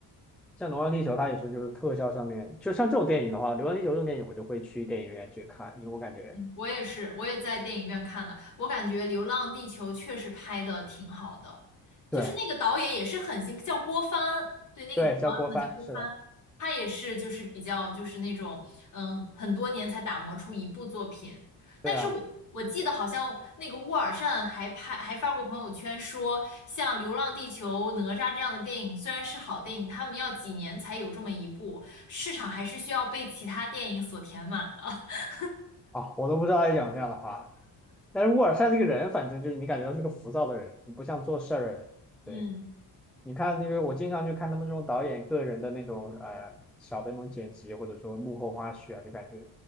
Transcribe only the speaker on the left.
我也是，我也在电影院看的。我感觉《流浪地球》确实拍的挺好的，就是那个导演也是很新，
叫郭帆，对，那个导演好像叫郭帆，
他也是就是比较就是那种嗯很多年才打磨出一部作品。但是我我记得好像那个沃尔善还拍还发过朋友圈说，
像《流浪地球》《哪吒》这样的电影虽然是好电影，他们要几年才有这么一部，市场还是需要被其他电影所填满的。<laughs>
嗯，